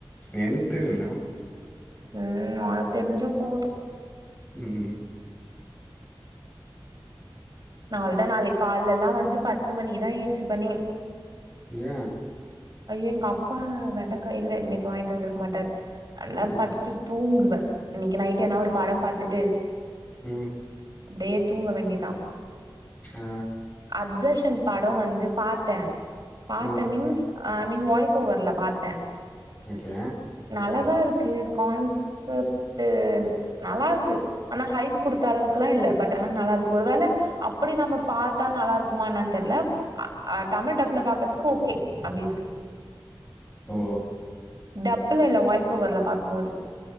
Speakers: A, on the left; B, on the right.
A: என் தெரியுல்ல
B: ம் ஒனக் தெரிஞ்சா போது
A: ம்
B: நா அவள் தா நாளைக் கால்லலா வந்து பத்து மணிக்குதா ஏன்ச்சுப்பனே
A: ஏ
B: ஐயோ எங்கப்பா வெண்டைக்கா இல்ல இன்னக்கி வாங்கிட் வந்துருக்க மாட்டாரு நல்லா
A: ம்
B: படு த்து தூங்குவே இன்னக்கி நைட் என்னா ஒரு படம் பாத்துட்டு
A: ம்
B: அப்டியே தூங்க வேண்டியதா
A: ஆ
B: அப்ஜெஷன் பட வந்து பாத்தே பாத்தெ
A: ம்
B: மின்ஸ் ஐ மீன் வாய்ஸ் ஓவர்ல பாத்தே
A: ஓகே
B: நல்லாதா இருக்கு கான்செப்ட்டு நல்லாருக்கு ஆனா ஹைப் குடுத்த அளவுக்குலா இல்ல பட் ஆனா நல்லாருக்கு ஒரு வேள அப்புடி நம்ம பாத்தா நல்லா இருக்குமா என்னான் தெர்ல ஆ தமிழ் டப்புல பாக்கற்துக்கு ஓகே அப்டி இருக்
A: லோ
B: டப்புல இல்ல வாய்ஸ் ஓவர்ல பாக்கும்போது